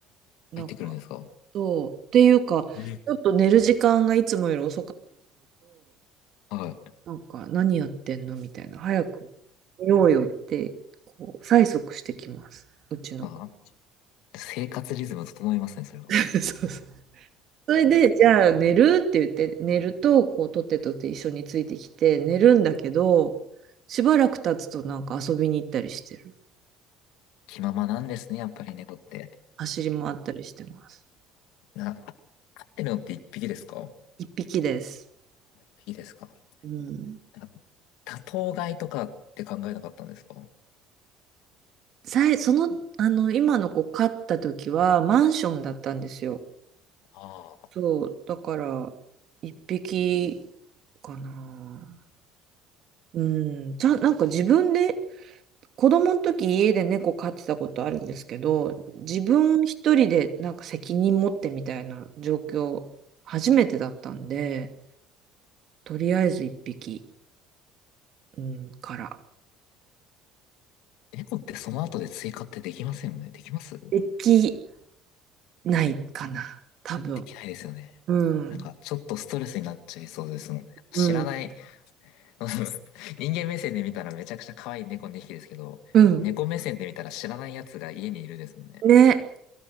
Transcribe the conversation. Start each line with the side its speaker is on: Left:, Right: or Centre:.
Right: なんか、
Left: 入ってくるんですか
Right: そう、っていうか、
Left: え
Right: ちょっと寝る時間がいつもよ、
Left: はい。
Right: なんか、何やってんのみたいな、早く寝ようよって、こう、催促してきます、うちの子。
Left: ああ、生活リズム整いますね、それは。
Right: <laughs> そうそう。それで、じゃあ寝るって言って、寝ると、こう、とってとって一緒についてきて、寝るんだけど、しばらく経つとなんか遊びに行ったりしてる。
Left: 気ままなんですね、やっぱり猫って。
Right: 走り回ったりしてます。
Left: な、飼ってるのって一匹ですか
Right: 一匹です。
Left: 一匹ですか
Right: うん。
Left: なんか多頭飼いとかって考えなかったんですか
Right: さい、その、あの、今の子飼った時はマンションだったんですよ。
Left: ああ、
Right: そう、だから、一匹かな。うん、ちゃん、なんか自分で、子供の時家で猫飼ってたことあるんですけど、自分一人でなんか責任持ってみたいな状況、初めてだったんで、とりあえず一匹、うん、から。
Left: 猫ってその後で追加ってできませんよね。できます
Right: できないかな、多分。
Left: できないですよね。
Right: うん、
Left: なんか、ちょっとストレスになっちゃいそうですもんね。知らない、
Right: うん、
Left: <laughs> 人間目線で見たらめちゃくちゃ可愛い猫2匹ですけど、
Right: うん。
Left: 猫目線で見たら知らないやつが家にいるですもんね。
Right: ね、
Left: ス